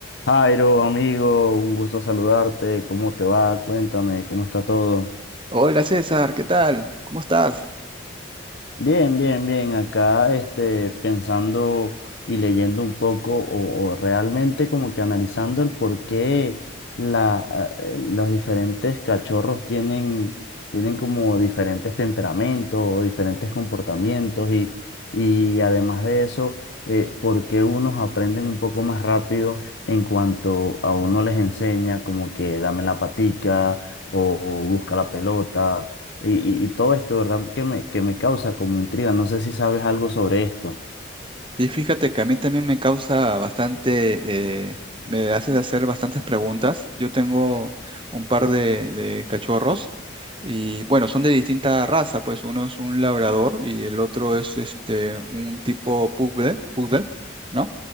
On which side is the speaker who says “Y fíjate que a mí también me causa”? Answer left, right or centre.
Right